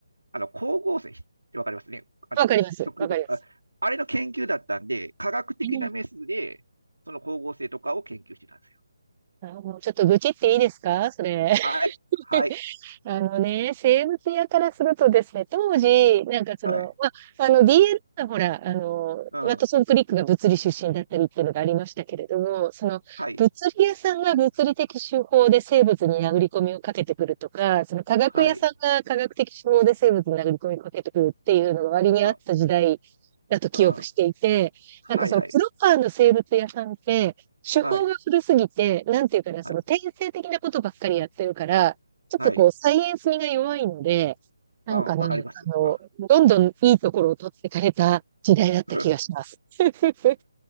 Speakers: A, on the right; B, on the right.
A: あの、光合成ってわかりますね。あの、
B: わかります。
A: 植物あ、
B: わかります。
A: あれの研究だったんで、科学的なメスで、
B: うん。
A: その光合成とかを研究してたんですよ。
B: あーもうちょっと愚痴っていいですかそれ。
A: はい。
B: <laughs>
A: はい。
B: あのね、生物屋からするとですね、当時、なんかその、
A: はい。
B: まあ、あの DL はほら、あの、
A: うん。
B: ワトソン・クリックが物理出身だったりっていうのがありましたけれども、その、
A: はい。
B: 物理屋さんが物理的手法で生物に殴り込みをかけてくるとか、その科学屋さんが科学的手法で生物に殴り込みをかけてくるっていうのが割にあった時代だと記憶していて、
A: はい。あ、うん。はいはい。
B: なんかそのプロパーの生物屋さんって、手法が古すぎて、
A: はい。
B: なんていうかな、
A: はい。
B: その転生的なことばっかりやってるから、ちょっとこう、
A: はい。
B: サイエンス味が弱いので、なんかね、
A: うん。わかります。
B: あの、
A: うん
B: どんどんいいところを取ってかれた時代だった気がします。
A: <laughs>
B: <laughs>